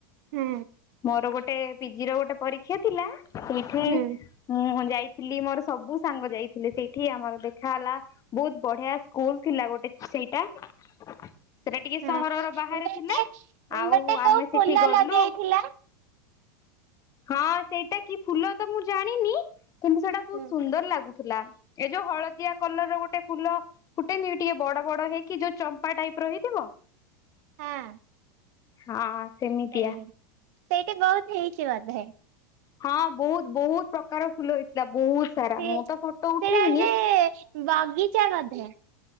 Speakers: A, on the right (about 55°); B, on the left (about 30°).
A: ହୁଁ।
B: ମୋର ଗୋଟେ ପିଜି ର ଗୋଟେ ପରୀକ୍ଷା ଥିଲା ସେଇଠି
A: ହୁଁ
B: ହୁଁ ଯାଇଥିଲି ମୋର ସବୁ ସାଙ୍ଗ ଯାଇଥିଲି ସେଇଠି ଆମର ଦେଖା ହେଲା। ବହୁତ୍ ବଢ଼ିଆ ସ୍କୁଲ ଥିଲା ଗୋଟେ ସେଇଟା ସେଟା ଟିକେ
A: ହଁ
B: ସହରର ବାହାରେ
A: ଗୋଟେ
B: ଥିଲା ଆଉ
A: ଗୋଟେ କୋଉ
B: ଆମେ
A: ଫୁଲ
B: ସେଠି ଗଲୁ
A: ଲଗେଇଥିଲା
B: ହଁ ସେଇଟା କି ଫୁଲ ତ ମୁଁ ଜାଣିନି। କିନ୍ତୁ ସେଟା ବହୁତ
A: ହୁଁ
B: ସୁନ୍ଦର ଲାଗୁଥିଲା ଏ ଯଉ ହଳଦିଆ କଲର ର ଗୋଟେ ଫୁଲ ଫୁଟେନି ଗୋଟେ ଟିକେ ବଡ଼ ବଡ଼ ହେଇକି ଯଉ ଚମ୍ପା ଟାଇପ୍ ର ହେଇଥିବ।
A: ହଁ।
B: ହଁ। ସେମିତିଆ
A: ସେଇ ସେଇଠି ବହୁତ ହେଇଛି ବୋଧେ ଭାଇ।
B: ହଁ ବହୁତ୍ ବହୁତ୍ ପ୍ରକାର ଫୁଲ ହେଇଥିଲା ବହୁତ୍
A: ସେ
B: ମୁଁ ତ ଫଟୋ ଉଠେଇନି।
A: ସେଇଟା ଗୋଟେ ବଗିଚା ବୋଧେ